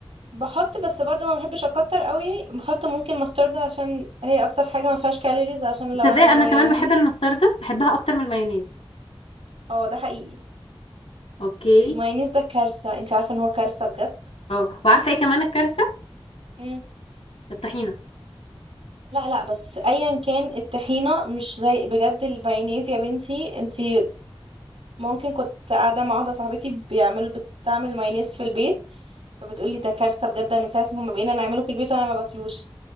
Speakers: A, on the right; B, on the left.
A: بحط بس برضه ما بحبش اكتر قوي بحط ممكن مسترد عشان هي اكتر حاجة ما فيهاش كالوريز عشان لو
B: تصدقي
A: انا ناوية
B: انا كمان
A: يعني
B: بحب المستردة بحبها اكتر من المايونيز
A: اه ده حقيقي
B: اوكي
A: المايونيز ده كارثة انت عارفة ان هو كارثة بجد
B: اه وعارفه ايه كمان الكارثه
A: مم.
B: الطحينه
A: لا لا بس ايا كان الطحينه مش زي بجد المايونيز يا بنتي انت ممكن كنت قاعدة مع واحدة صاحبتي بيعملوا بتعمل مايونيز في البيت فبتقولي ده كارثة بجد من ساعة ما بقينا نعمله في البيت وانا ما باكلوش